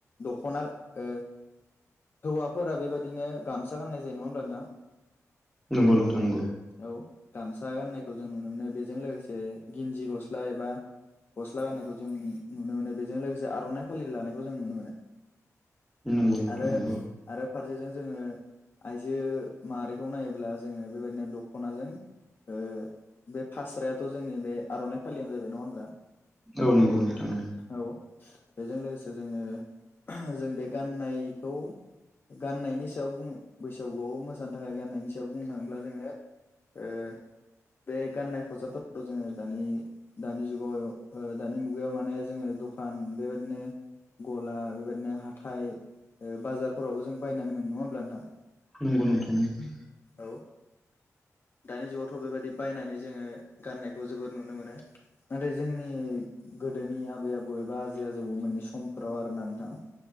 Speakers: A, on the left; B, in the centre.
A: दख'ना ओ हौवाफोरा बेबायदिनो गामसा गामनाय जायो नङा होनब्ला नोंथां।
B: नंगौ नोंथां नंगौ
A: औ गामसा गाननायखौ जों नुनो मोनो बेजों लोगोसे गिन्जि गस्ला एबा गस्ला गाननायखौ जों नुनो मोनो बेजों लोगोसे आर'नाइ फालि लानायखौ जों नुनो मोनो।
B: नंगौ नोंथां
A: आरो
B: नंगौ
A: आरो फारसेजों जोङो आइजो माहारिखौ नायोब्ला जोङो बेबायदिनो दख'नाजों ओ बे फास्रायाथ' जोंनि बे आर'नाइ फालियानो जाहैबाय नङा होमब्ला
B: औ नंगौ नोंथां उम
A: औ बेजों लोगोसे जोङो जों बे गाननायखौ गान्नायनि सायाव बुङो बैसागुआव मोसानो थाखाय गान्नायनि सायाव बुंनो थाङोब्ला जोङो ओ बे गाननाय खसाबफोराव जोङो दानि दानि जुगाव ओ दानि मुगायाव माने जोङो दखान बेबादिनो गला बेबायदिनो हाथाय बाजारफोरावबो जों बायनानै मोनो नङा होनब्ला नोंथां?
B: नांगौ नोंथां नांगौ
A: औ दानि जुगावथ' बेबायदि बायनानै जोङो गाननाय। खौ जोबोर नुनो मोनो नाथाय जोंनि गोदोनि आबै आबौ एबा आजै आजौ मोननि समफोराव आरोना नोंथां।